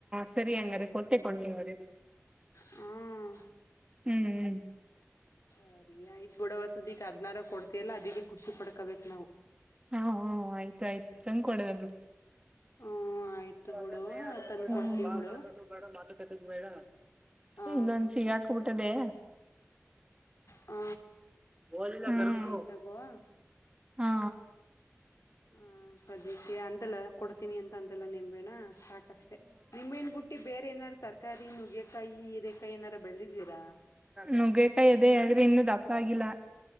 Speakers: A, on the right (about 20°); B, on the left (about 80°).
A: ಸರಿ ಹಂಗಾರೆ ಕೊಟ್ಟೇ ಕೊಂಡಿ ಹ
B: ಹ್ಮ್
A: ಹ್ಮ್ ಹ್ಮ್
B: ಸರಿಯಯ್ತು ಗುಡವಸತಿಗೆ ಹದ್ನಾರ ಕೊಡ್ತಯಲ್ಲ ಅದಕ್ಕೆ ಖುಷಿ ಪಡ್ಕೋಬೇಕು ನಾವು
A: ಹಾ ಆಯ್ತ ಆಯ್ತು ಸಂಕಡದ ಬ
B: ಹೂ ಆಯ್ತು
A: ಇ ಅಜ
B: ಬಿಡು
A: ಮ ಆಗ
B: ತಂದ್
A: ಬೇಡ
B: ಕೊಡ್ತೀವಿ
A: ಬ ಅನ್ನೋದು
B: ಬಿಡು
A: ಬೇಡ ಮಾತು ಕತಿ ಬೇಡ
B: ಹ
A: ಇನ್ನೊಂದ ಸಿಗಾಕಬಿಟ್ಟದೆ
B: ಹ
A: ಹೂ
B: ಸರಿ ಆಯ್ತ್ ತಗೋ ಹ
A: ಹಾ
B: ಹ ಅದಕ್ಕೆ ಅಂತಲ್ಲ ಕೊಡ್ ಿ ಅಂತ ಅಂತೆಲ್ಲ ನಿಂಬೇಣ್ಣ ಸಾಕಷ್ಟೆ ನಿಂಬೇಣ ಬುಟ್ಟಿ ಬೇರೆ ಏನಾದಾರ್ ತರಕಾರಿ ನುಗ್ಗೆಕಾಯಿ ನುಗ್ಯ ಕೈ ಏನಾರು ಬೆಳದಿದ್ದೀರಾ
A: ನುಗ್ಗಕಾಯಿ ಅದೇ ಆದ್ರೆ ಇನ್ನುೂ ದಪ್ಪ ಆಗಿಲ್ಲ